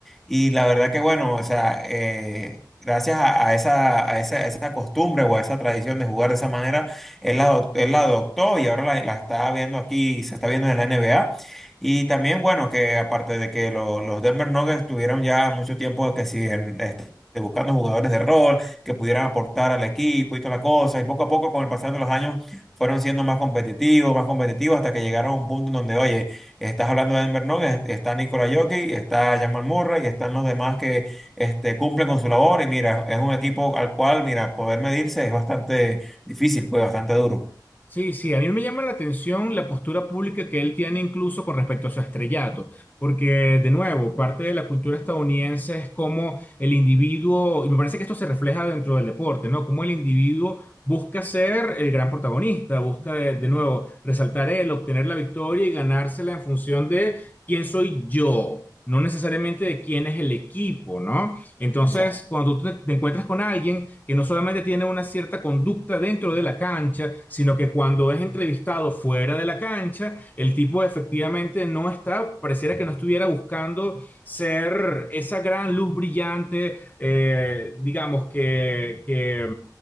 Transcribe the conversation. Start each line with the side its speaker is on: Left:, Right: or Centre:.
Centre: Y la verdad que bueno, o sea, eh, gracias a, a esa, a esa, a esa costumbre o a esa tradición de jugar de esa manera, él la, adop- él la adoptó y ahora la, la está viendo aquí, se está viendo en la NBA. Y también, bueno, que aparte de que lo- los Denver Nuggets tuvieron ya mucho tiempo que siguen este, buscando jugadores de rol que pudieran aportar al equipo y toda la cosa, y poco a poco con el pasar de los años fueron siendo más competitivos, más competitivos hasta que llegaron a un punto en donde, oye, Estás hablando de Denver Nuggets, está Nikola Jokic, está Jamal Murray y están los demás que este, cumplen con su labor. Y mira, es un equipo al cual, mira, poder medirse es bastante difícil, pues bastante duro.
Left: Sí, sí, a mí me llama la atención la postura pública que él tiene incluso con respecto a su estrellato, porque de nuevo, parte de la cultura estadounidense es como el individuo, y me parece que esto se refleja dentro del deporte, ¿no? Como el individuo busca ser el gran protagonista, busca de, de nuevo resaltar él, obtener la victoria y ganársela en función de quién soy yo, no necesariamente de quién es el equipo, ¿no? Entonces,
Centre: O
Left: cuando tú te, te encuentras con alguien que no solamente tiene una cierta conducta dentro de la cancha, sino que cuando es entrevistado fuera de la cancha, el tipo efectivamente no está, pareciera que no estuviera buscando ser esa gran luz brillante, eh, digamos, que, que,